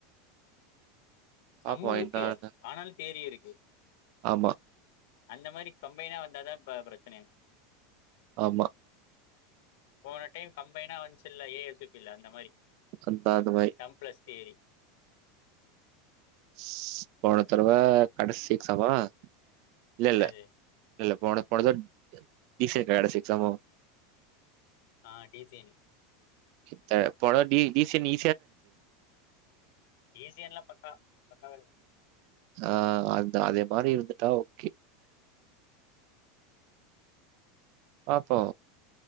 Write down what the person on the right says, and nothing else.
பாப்போ
என்னானு
ஆமா
ஆமா
அந்தாதுபாய்
ஸ் போன தடவ கடைசி எக்ஸாமா இல்ல
இல்ல இல்ல போன போத டி செ கடைசி எக்சாமோ
த்த போன தடவ டி டி சி நீ
ஆ அந்த அதே மாரி இருந்துட்டா ஓகே பாப்போ